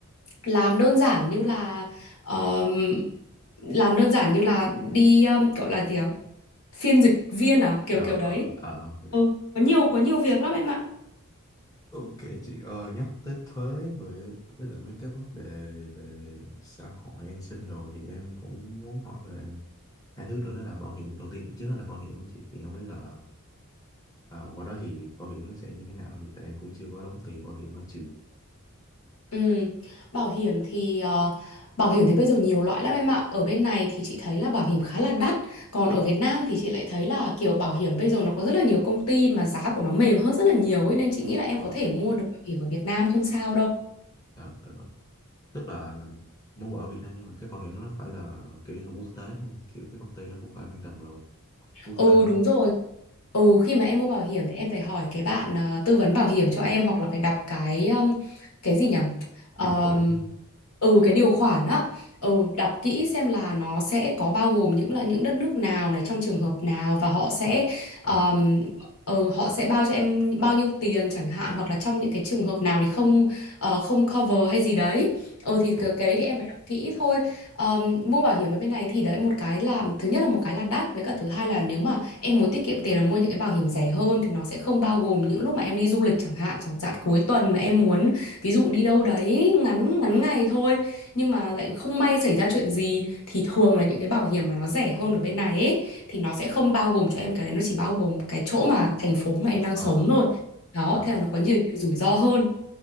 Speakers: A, on the left (about 75°); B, on the left (about 15°).
A: làm đơn giản như là ờm, làm đơn giản như là đi um, gọi là gì ạ phiên dịch viên à kiểu
B: ờ
A: kiểu
B: ờ
A: đấy
B: ờ,
A: ừ, có nhiều có nhiều việc lắm em ạ
B: Ok chị ơi nhắc tới thuế với với lại mấy cái vấn đề về xã hội an sinh đồ thì em cũng muốn hỏi về hai thứ nữa đó là bảo hiểm đầu tiên trước hết là bảo hiểm á chị thì không biết là ờ, qua đó thì bảo hiểm nó sẽ như thế nào thì tại em cũng chưa có đóng tiền bảo hiểm ở trường
A: ừ. bảo hiểm thì ờ, bảo hiểm thì bây giờ nhiều loại lắm em ạ ở bên này thì chị thấy là bảo hiểm khá là đắt còn ở Việt Nam thì chị lại thấy là kiểu bảo hiểm bây giờ nó có rất là nhiều công ty mà giá của nó mềm hơn rất là nhiều ấy nên chị nghĩ là em
B: ờ
A: có thể mua được bảo hiểm ở Việt Nam không sao đâu
B: ờ, ờ, rồi. tức là muốn bảo ở Việt Nam nhưng mà cái bảo hiểm nó phải là kiểu như là quốc tế luôn kiểu cái công ty nó cũng phải mang tầm là quốc
A: Ừ
B: tế
A: đúng rồi. Ừ khi mà em mua bảo hiểm thì em phải hỏi cái bạn ờ, tư vấn bảo hiểm cho em hoặc là phải đọc cái um, cái gì nhỉ? Ờm,
B: điều khoản
A: ừ cái điều khoản á. Ừ đọc kỹ xem là nó sẽ có bao gồm những là những đất nước nào này trong trường hợp nào và họ sẽ
B: ờ
A: um, ừ, họ sẽ bao cho em bao nhiêu tiền chẳng hạn hoặc là trong những cái trường hợp nào thì không ờ, không cover hay gì đấy. Ừ thì
B: ờ
A: cái cái đấy thì em phải đọc kỹ thôi. Ờm, mua bảo hiểm ở bên này thì đấy một cái là thứ nhất là một cái là đắt với cả thứ hai là nếu mà em muốn tiết kiệm tiền là mua những cái bảo hiểm rẻ hơn thì nó sẽ không bao gồm những lúc mà em đi du lịch chẳng hạn chẳng hạn cuối tuần mà em muốn ví dụ đi đâu đấy ngắn ngắn ngày thôi nhưng mà lại không may xảy ra chuyện gì thì thường là những cái bảo hiểm mà nó rẻ hơn ở bên này ấy, thì nó sẽ không bao gồm cho em cái đấy nó chỉ bao gồm cái chỗ mà thành phố mà em đang
B: ờ
A: sống
B: ờ
A: thôi đó
B: ờ
A: thế là nó có nhiều, nhiều rủi ro hơn